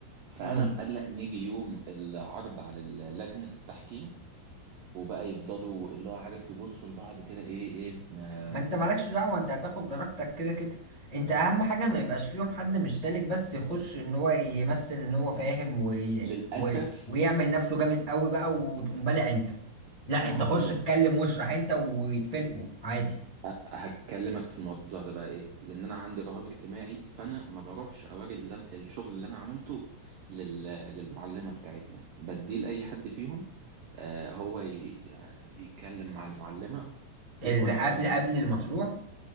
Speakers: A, on the right; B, on the left.
A: فانا
B: مم.
A: مقلق نيجي يوم العرض على ال- لجنه التحكيم وبقى يفضلوا اللي هو عارف يبصوا لبعض كده ايه ايه ما
B: ما انت مالكش دعوة انت هتاخد درجتك كده كده انت اهم حاجة ما يبقاش فيهم حد مش سالك بس يخش ان هو يمثل ان هو فاهم و...
A: للاسف
B: و... ويعمل نفسه جامد قوي بقى وتقوم بالع انت لا
A: انا
B: انت خش
A: هقول لك
B: اتكلم واشرح انت ويتفلقوا عادي
A: أ- هكلمك في الموضوع ده بقى ايه لان انا عندي رهاب اجتماعي فانا ما بروحش اوري اللي أنا- الشغل اللي انا عملته لل... للمعلمه بتاعتنا بديه لاي حد فيهم آه، هو ي- يتكلم مع المعلمة يكون
B: اذا
A: أحسن
B: قبل
A: منه
B: قبل المشروع